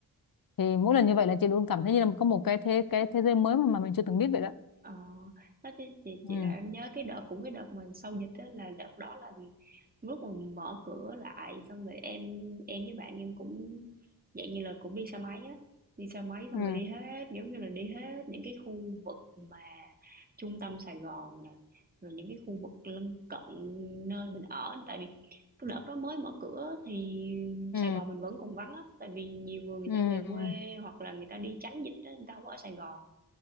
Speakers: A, on the left; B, on the right.
A: thì mỗi
B: à.
A: lần như vậy là chị luôn cảm thấy như là có một cái thế cái thế giới mới mà mà mình chưa từng biết vậy đó
B: Ờ, nói chứ chị
A: ừ
B: chị là em nhớ cái đợt cũng cái đợt mà sau dịch á là đợt đó là lúc mà mở cửa lại xong rồi em em với bạn em cũng dạng như là cũng đi xe máy á đi xe máy xong
A: ừ
B: rồi đi hết giống như là đi hết những cái khu vực mà trung tâm Sài Gòn nè rồi những cái khu vực lân cận nơi mình ở nè tại vì cái đợt đó mới mở cửa thì
A: ừ
B: Sài Gòn mình vẫn còn vắng lắm tại vì nhiều người người
A: ừ
B: ta về quê hoặc là người ta đi tránh dịch á người ta không có ở Sài Gòn